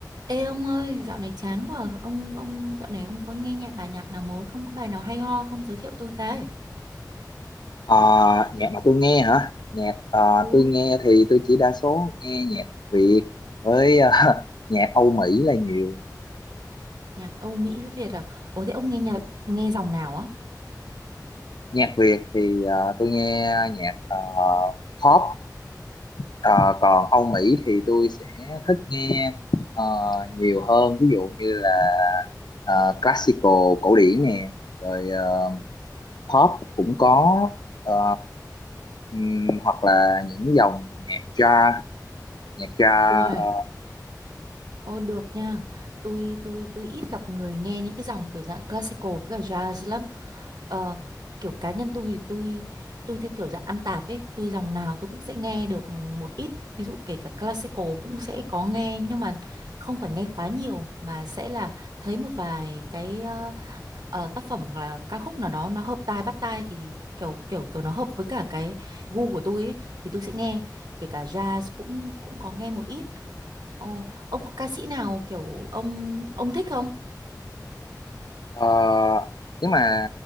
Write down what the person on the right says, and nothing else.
Ê ông ơi, dạo này chán quá. à. Ông ông dạo này ông có nghe nhạc bài nhạc nào mới không? Có bài nào hay ho không giới thiệu tôi cái?
Ừ,
Nhạc Âu Mỹ với Việt à? Ủa thế ông nghe nhạc nghe dòng nào á?
Uầy,
ô được nha. Tôi tôi tôi ít gặp người nghe những cái dòng kiểu dạng classical với cả jazz lắm. Ờ, kiểu cá nhân tôi thì tôi tôi theo kiểu dạng ăn tạp ấy, tôi dòng nào tôi cũng sẽ nghe được một ít. Ví dụ kể cả classical cũng sẽ có nghe nhưng mà không phải nghe quá nhiều mà sẽ là thấy một vài cái ờ, ờ, tác phẩm hoặc là ca khúc nào đó nó hợp tai bắt tai thì kiểu kiểu kiểu nó hợp với cả cái gu của tôi ấy, thì tôi sẽ nghe kể cả jazz cũng cũng có nghe một ít Ồ, ông có ca sĩ nào kiểu ông ông thích không?